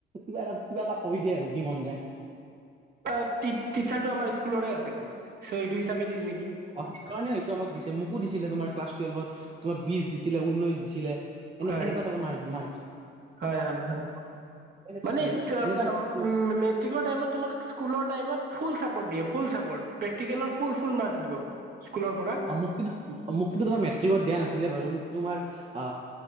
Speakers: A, on the right (about 25°); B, on the right (about 50°).
A: কিবাটা কিবা এটা কৰি দিয়ে আৰু যি মন যায়।
B: অ', টিত টিচাৰটো আমাৰ স্কুলৰে আছিল চ' এইটো হিচাপে দিল নেকি?
A: অ', সেইকাৰণে হয়তো আমাক দিছে মোকো দিছিলে তোমাৰ ক্লাছটুৱেল্ভত তোমা বিশ দিছিলে ঊনৈশ দিছিলে। এনে
B: হয়
A: এনেুৱাতে যাৰ গিমা -
B: হয় - হয় - হয়।
A: এনেকুৱা
B: মানে
A: নহয়
B: ইচকে
A: যে
B: উম
A: এনেকুৱা নহয় যে আমি
B: মেট্ৰিকৰ টাইমত তোমাক স্কুলৰ টাইমত - ফুল চাপৰ্ট দিয়ে ফুল চাপৰ্ প্ৰেক্টিকেলৰ ফুল ফুল মাৰ্ক দিব স্কুলৰ পৰা।
A: অ মোক কিন্তু অমোক কিন্তু তোমাৰ মেট্ৰিকত দিয়া নাছ - মোক দিলে বাৰু মোক তোমাৰ আ